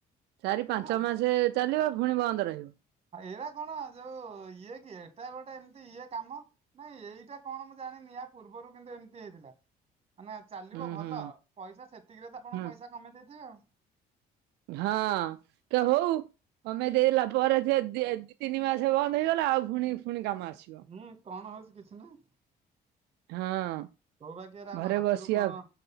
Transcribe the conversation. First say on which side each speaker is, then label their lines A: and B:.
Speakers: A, on the right; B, on the right.
A: ଚାରି
B: ଏରା
A: ପାଞ୍ଚ
B: କଣ
A: ମାସେ ଚାଲିବ ପୁଣି ବନ୍ଦ ରହିବ।
B: ଏଇଟା କଣ ଯୋଉ ଇଏ କି ଏଟା ଗୋଟେ ଏମିତି ଇଏ କାମ ନାଇଁ ଏଇଟା କଣ ମୁଁ ଜାଣିନି ଆ ପୂର୍ବରୁ କିନ୍ତୁ ଏମିତି ହେଇଥିଲା। ମାନେ ଚାଲିବ
A: ହୁଁ
B: ଭଲ
A: ହୁଁ
B: ପଇସା ସେତିକିରେ ତ ଆପଣ
A: ହୁଁ
B: ପଇସା କମେଇ ଦେଇଥିବେ ଆଉ।
A: ହଁ କ ହଉ। କମେ ଦେଇଦଲା ପରେ ଯେ ଯେ ଦି ତିନି ମାସ ବନ୍ଦ ହେଇଗଲା ଆଉ ପୁଣି ଫୁଣି କାମ ଆସିବ।
B: ହୁଁ କଣ ହଉଚି କିଛି ନାହିଁ।
A: ହଁ
B: କୌବାଗ୍ୟରେ ଆମ
A: ଘରେ
B: ହାତରୁ
A: ବସିବା
B: କଣ